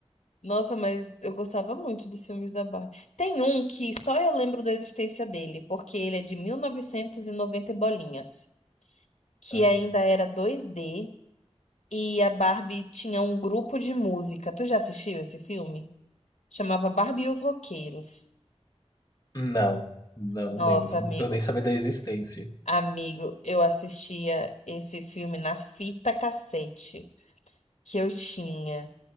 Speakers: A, on the left (about 85°); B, on the left (about 35°).
A: Nossa, mas eu gostava muito dos filmes da Barbie. Tem um que só eu lembro da existência dele, porque ele é de mil novecentos e noventa e bolinhas, que
B: <laughs>
A: ainda era dois d e a Barbie tinha um grupo de música. Tu já assistiu esse filme? Chamava Barbie e os Roqueiros.
B: Não, não
A: Nossa,
B: lembro.
A: amigo.
B: Eu nem sabia da existência.
A: Amigo, eu assistia esse filme na fita cassete. que eu tinha.